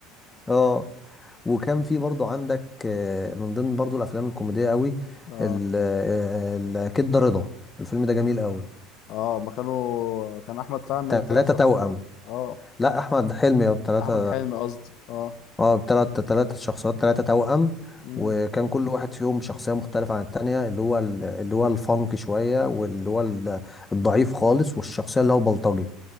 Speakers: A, on the left; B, on the left.
A: اه وكان في برضه عندك آه، من ضمن برضه الافلام الكوميديه قوي
B: اه
A: ال- آه، آه، ال- كده رضا الفيلم ده جميل قوي
B: اه ما كانوا كان أحمد فهمي
A: ثلاثه
B: بثلاث شخصيات
A: توأم
B: اه
A: لا احمد حلمي بثلاثه
B: أحمد حلمي قصدي اه
A: اه بثلاثه ثلاثه شخصيات ثلاثه توأم
B: مم.
A: وكان كل واحد فيهم بشخصيه مختلفه عن التانيه اللي هو ال- اللي هو الفانك شويه واللي هو ال- الضعيف خالص والشخصيه اللي هو بلطجي